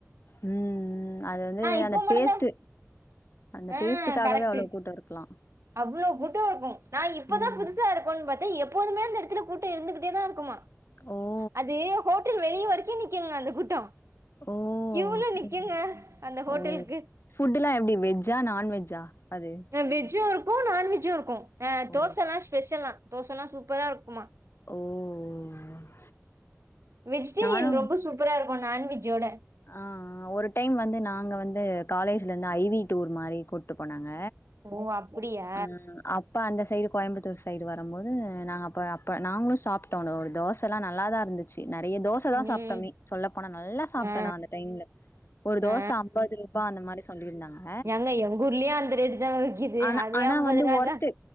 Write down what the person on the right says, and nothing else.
இப்போ
மட்டும்தான்
ஆ
கரெக்ட்
அவ்ளோ கூட்டோ இருக்கோ நா இப்பதா
புதுசா இருக்கோ பார்த்த எப்போதுமே அந்த இடத்துல கூட்டோ இருந்துகிட்டே தா இருக்குமா
அது ஹோட்டல் வெளிய வரைக்கு நிக்குங்க அந்த கூட்டோ
கியூல
நிக்குங்க அந்த ஹோட்டலுக்கு
வெஜ்ஜும் இருக்கும் நான்வெஜ்ஜும் இருக்கும் ஆ
தோசை எல்லாம் ஸ்பெஷல்லாம் தோசைல்லாம் சூப்பராக இருக்குமா
வெஜிடேரியன்
ரொம்ப சூப்பரா இருக்கும் நான்வெஜ்ஜோட
ஓ அப்டியா
ம்
ஆ
ஆ
எங்க எங்கூர்லயும் அந்த ரேட்டுதான் விக்கிது
அதே
அம்பது
ரூபா
தான்